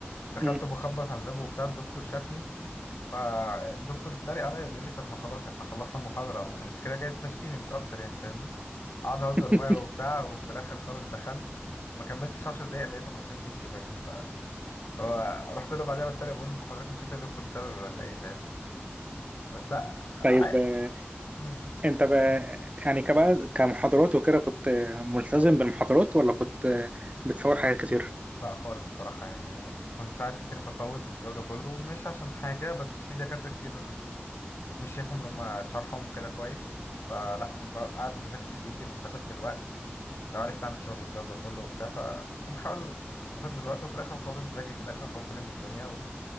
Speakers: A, on the left; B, on the right.
A: دخلت
B: مم.
A: بخبط على الباب وبتاع الدكتور شافني فالدكتور اتريق عليا بيقول لي طب ما خلاص احنا خلصنا المحاضرة انت كده جاي تمشيني مش اكتر يعني فاهمني قعد اهزر
B: <laughs>
A: معايا وبتاع وفي الاخر خالص دخلت ما كملتش 10 دقايق لقيته حرفيا ماشي فاهمني هو رحت له بعدها بتريق بقول له انت حضرتك مشيت يا دكتور بسببي ولا ايه فاهمني بس عي...
B: طيب آه،
A: مم.
B: انت بقى يعني كبقى كمحاضرات وكده كنت آه، ملتزم بالمحاضرات ولا كنت آه، بتفوت حاجات كتير؟
A: لا خالص بصراحة يعني كنت ساعات كتير بفوت والجو ده كله مش عشان حاجة بس في دكاترة كتير مش شايفهم لما شرحهم كده كويس فلا كنت بقى قاعد بذاكر في بيتي بستفاد بالوقت لو عرفت اعمل شغل الجو ده كله وبتاع فكنت بحاول استفاد بالوقت وفي الاخر خالص باجي في الاخر خسران من الدنيا